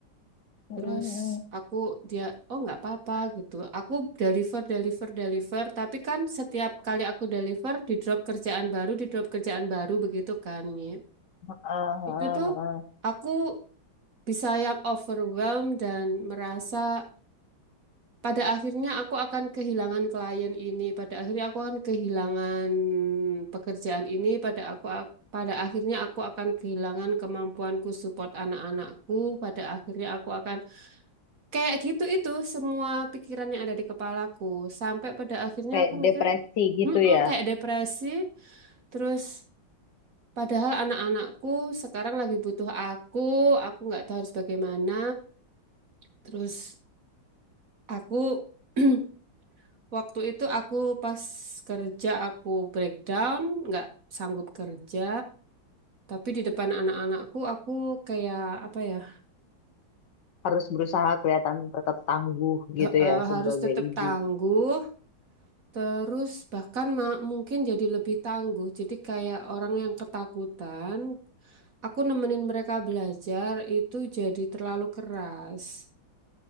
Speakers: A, on the left; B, on the right.
A: Mm-mm.
B: Terus aku dia, "Oh, nggak apa-apa." gitu. Aku deliver, deliver, deliver, tapi kan setiap kali aku deliver di drop kerjaan baru, di drop kerjaan baru begitu kan, Mi.
A: Ah, ah,
B: Itu tuh
A: ah.
B: aku bisa yang overwhelmed dan merasa pada akhirnya aku akan kehilangan klien ini, pada akhirnya aku akan kehilangan pekerjaan ini, pada aku ak- pada akhirnya aku akan kehilangan kemampuanku support anak-anakku, pada akhirnya aku akan kayak gitu itu semua pikiran yang ada di kepalaku sampai pada akhirnya
A: Kayak
B: aku mikir,
A: depresi gitu
B: "Mm-mm,"
A: ya.
B: kayak depresi, terus padahal anak-anakku sekarang lagi butuh aku, aku nggak tahu harus bagaimana, terus aku <clears throat> Waktu itu aku pas kerja aku breakdown, nggak sanggup kerja, tapi di depan anak-anakku aku kayak apa ya
A: Harus berusaha kelihatan tetap tangguh gitu
B: eh,
A: ya sebagai
B: harus tetap
A: ibu.
B: tangguh, terus bahkan ma- mungkin jadi lebih tangguh. Jadi kayak orang yang ketakutan, aku nemenin mereka belajar itu jadi terlalu keras.